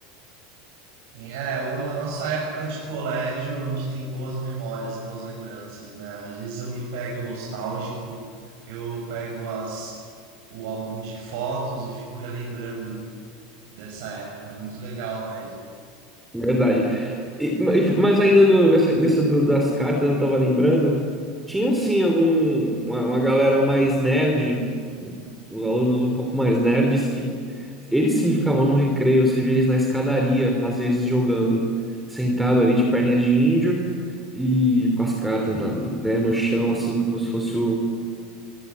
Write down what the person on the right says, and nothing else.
Sim, é, ou a nossa época de colégio, a gente tem boas memórias, boas lembranças, né? Às vezes eu me pego nostálgico, eu pego as o álbum de fotos e fico relembrando dessa época, é muito legal mesmo.